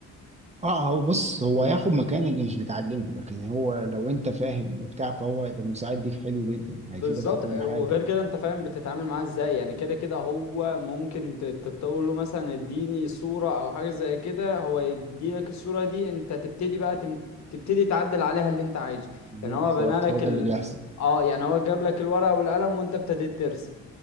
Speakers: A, on the right; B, on the left.
A: اه هو بص هو هياخد مكان اللي مش بتعلمه لكن هو لو انت فاهم وبتاع فهو هيبقى مساعد ليك حلو جدا
B: بالظبط
A: هيفيدك في كل
B: آه،
A: حاجه
B: وغير كده انت فاهم بتتعامل معاه ازاي يعني كده كده هو ممكن ت- ت- تقول له مثلا اديني صورة او حاجة زي كده هو يدي لك الصورة دي انت تبتدي بقى تم... تبتدي تعدل عليها اللي انت عايزه
A: بالظبط
B: يعني هو بنى لك
A: هو ده
B: ال...
A: اللي بيحصل
B: اه يعني هو جاب لك الورقة والقلم وانت ابتديت ترسم